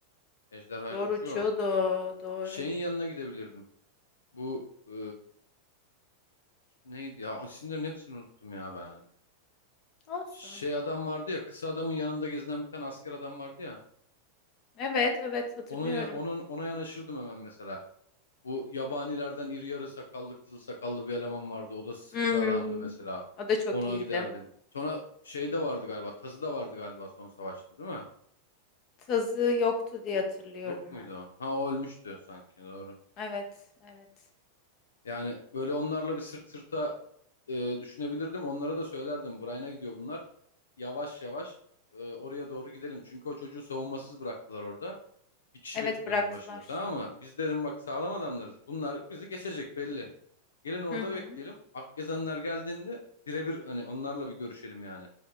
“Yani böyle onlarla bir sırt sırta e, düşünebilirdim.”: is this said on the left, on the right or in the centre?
Left